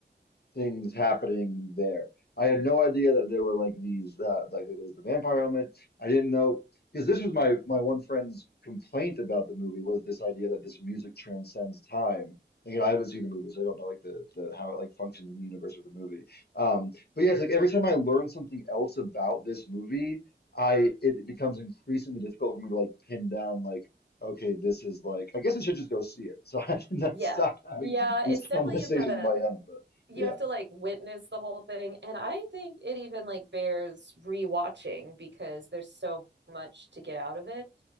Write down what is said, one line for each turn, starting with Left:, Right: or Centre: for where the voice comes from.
Left: things happening there. I had no idea that there were like these uh, like there was the vampire element. I didn't know because this was my my one friend's complaint about the movie was this idea that this music transcends time. And, you know, I haven't seen the movie, so I don't know like the, the how it like functions in the universe of the movie. Um, but yeah, it's like every time I learn something else about this movie, I it becomes increasingly difficult for me to like pin down like okay, this is like I guess I should just go see it. So <laughs> I did not
Right: Yeah.
Left: stop having
Right: Yeah,
Left: these
Right: it's
Left: conversations
Right: definitely you gotta
Left: in my head, but.
Right: you
Left: Yeah.
Right: have to like witness the whole thing. And I think it even like bears rewatching because there's so much to get out of it.